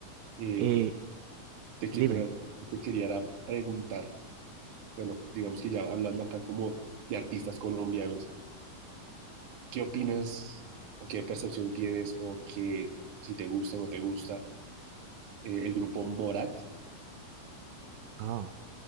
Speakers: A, on the right; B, on the right.
A: Eh,
B: Eh,
A: te, que-
B: dime,
A: te quería era preguntar. bueno, digamos que ya hablando acá como de artistas colombianos, ¿qué opinas o qué percepción tienes o qué, si te gusta o no te gusta, eh, el grupo Morat?
B: Ah,